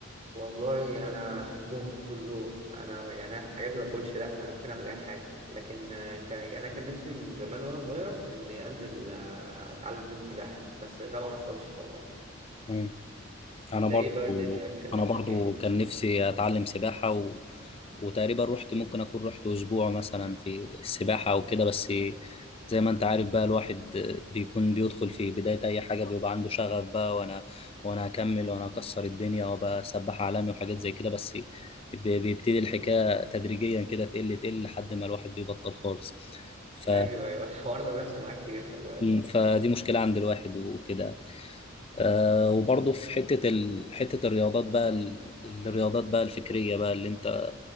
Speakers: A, on the right (about 35°); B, on the left (about 30°).
A: والله انا احبهم كلهم انا يعني أنا في الحاجات دي ما بقولش لا انا ممكن اعمل اي حاجه لكن آه، ك... يعني انا كان نفسي من زمان وانا صغير اني انزل آه، اتعلم سباحه بس ده ما حصلش طبعا
B: مم. أنا
A: انت
B: برضو
A: ايه بقى الدنيا كان
B: أنا
A: نفسك
B: برضو
A: ايه
B: كان نفسي أتعلم سباحة و... وتقريبا رحت ممكن أكون رحت أسبوع مثلا في السباحة أو كده بس زي ما أنت عارف بقى الواحد بيكون بيدخل في بداية أي حاجة بيبقى عنده شغف بقى وأنا وأنا هكمل وأنا هكسر الدنيا وأبقى سباح عالمي وحاجات زي كده بس ب- بيبتدي الحكاية تدريجيا كده تقل تقل لحد ما الواحد بيبطل خالص ف...
A: ايوه ايوه <laughs> الحوار ده بيحصل معايا كتير خلي بالك
B: مم. فدي مشكلة عند الواحد وكده آه وبرضه في حتة ال... حتة الرياضات بقى ال... الرياضات بقى الفكرية بقى اللي انت